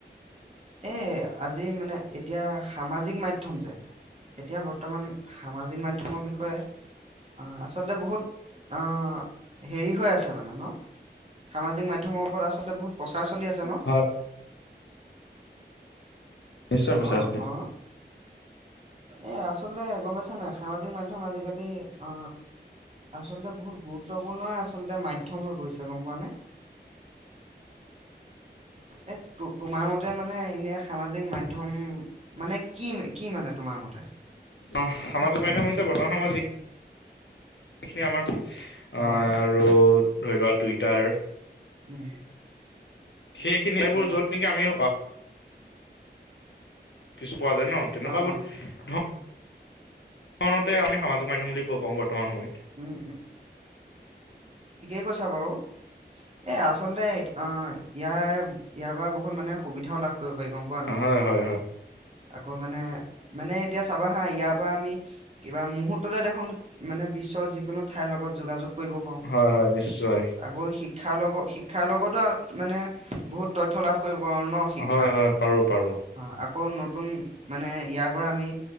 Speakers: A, on the right; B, on the left.
A: এ, আজি মানে এতিয়া সামাজিক মাধ্যম যে, এতিয়া বৰ্তমান সামাজিক মাধ্যমৰ বিষয়ে, আচলতে বহুত অঁ, হেৰি হৈ আছে মানে ন? সামাজিক মাধ্যমৰ ওপৰত বহুত প্ৰচাৰ চলি আছে ন?
B: হয় নিশ্চয় পইচাইছো
A: অ'
B: দিয়া।
A: অ' এই আচলতে গম পাইছা নাই সামাজিক মাধ্যম আজিকালি অ, আচলতে বহুত গুৰুত্বপূৰ্ণ আচলতে মাধ্যম হৈ পৰিছে, গম পোৱা নে? এ তোমাৰ ম মানে এনে সামাজিক। মাধ্যম মানে কি কি মানে। তোমাৰ মতে।
B: অ আমাৰ মাধ্যম হৈছে বৰ্তমান সময়ত যি। সখিনিয় আমাৰ অহ
A: হয়
B: আৰু। ধৰি লোৱা টুইটাৰ?
A: উম
B: সেইখিনি সবোৰ
A: উম
B: য'ত নেকি আমি। কিছু পোৱা যায় ন তেনেকুৱাবোৰণতে
A: অ অ
B: আমি সামাজিক মাধ্য়ম বুলি কব পাওঁ বৰ্তমান সময়ত।
A: উম কৈছে বাৰু। এ আচলতে অ ইয়াৰ। ইয়াৰ পৰা বহুত মানে সুবিধাও লাভ কৰিব পাৰি গম পোৱা নাই।
B: হয় হয় হয়
A: আকৌ মানে মানে এতিয়া চাবা হা ইয়াৰ পৰা আমি কিবা মুহূুৰ্ততে দেখোন মানে বিশ্বৰ যিকোনো। ঠাইৰ লগত যোগাযোগ কৰিব পাৰো
B: হয় হয় নিশ্চয়
A: আকৌ শিক্ষাৰ লগত শিক্ষাৰ লগতো আৰু মানে বহুত তথ্য় লাভ কৰিব পাৰো ন শিক্ষাৰ
B: হয় হয় পাৰো পাৰো।
A: অ। আকৌ নতুন। মানে ইয়াৰ পৰা আমি